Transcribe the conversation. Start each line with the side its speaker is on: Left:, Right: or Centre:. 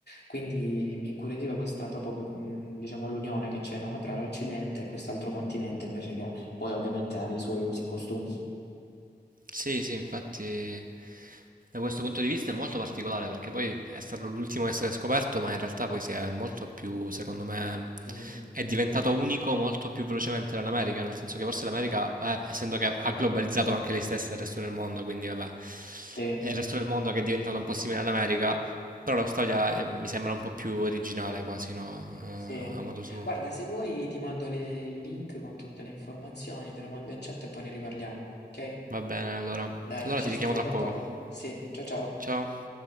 Left: quindi mi incuriosiva questa proprio, mh, diciamo, l'unione che c'è, no? Tra l'Occidente e quest'altro continente, invece che poi ovviamente ha i suoi usi e costumi.
Right: Sì, sì, infatti da questo punto di vista è molto particolare perché poi è stato l'ultimo a essere scoperto, ma in realtà poi si è molto più, secondo me,
Left: Mm.
Right: è diventato unico molto più velocemente dell'America, nel senso che forse l'America, eh, essendo che ha globalizzato anche lei stessa e il resto del mondo, quindi vabbè,
Left: Sì,
Right: è il resto del mondo che è diventato un po' simile all'America, però l'Australia eh, mi sembra un po' più originale quasi, no? Eh,
Left: sì.
Right: a modo suo.
Left: Guarda, se vuoi ti mando le- il link con tutte le informazioni, te lo mando in chat e poi ne riparliamo, ok?
Right: Va bene, allora.
Left: Dai,
Right: Allora
Left: ci
Right: ti
Left: risentiamo
Right: richiamo tra
Left: tra
Right: poco.
Left: poco. Sì, ciao ciao.
Right: Ciao.